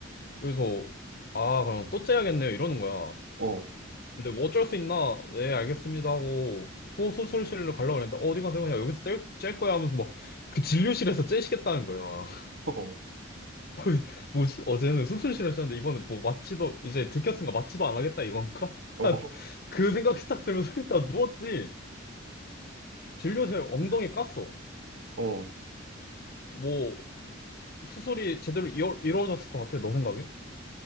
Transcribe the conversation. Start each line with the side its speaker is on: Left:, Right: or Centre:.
Left: 그래서, 아, 그럼 또 째야겠네요. 이러는 거야.
Right: 어,
Left: 근데 뭐 어쩔 수 있나? 네, 알겠습니다 하고 소수술실로 가려고 했는데 어디 가서 그냥 여기서 뗄, 뗄 거야 하면서 막 그 진료실에서 째시겠다는 거야.
Right: 어,
Left: <laughs> 뭐지? 어제는 수술실에서 쪘는데 이번에 뭐 마취도 이제 들켰으니까 마취도 안 하겠다 이건가? <laughs>
Right: 어,
Left: 그 생각이 딱 들면서 일단 누웠지. 진료실
Right: <laughs>
Left: 엉덩이 깠어.
Right: 어.
Left: 뭐 수술이 제대로 이어, 이루어졌을 것 같아 너 생각엔?